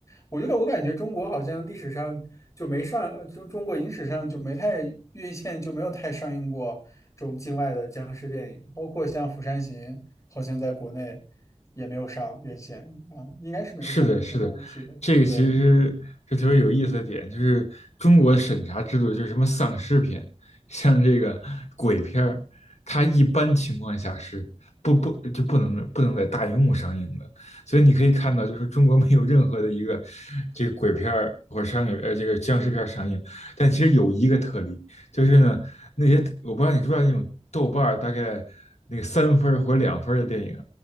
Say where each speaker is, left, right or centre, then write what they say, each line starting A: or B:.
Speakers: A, on the left (about 25°); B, on the left (about 65°).
A: 我觉得我感觉中国好像历史上就没上，呃就中国影史上就没太院线就没有太上映过这种境外的僵尸电影，包括像《釜山行》，好像在国内也没有上院线啊，应该是没有上院线吧，
B: 是的，是的，
A: 我记得。
B: 这个其实是特别有意思的点，
A: 对，
B: 就是中国的审查制度，就是什么丧尸片，像这个鬼片儿，它一般情况下是不不就不能不能在大荧幕上映的，所以你可以看到，就是中国没有任何的一个这个鬼片儿或者商业呃这个僵尸片儿上映，但其实有一个特例，就是呢那些我不知道你知不知道那种豆瓣儿大概那个三分儿或者两分儿的电影。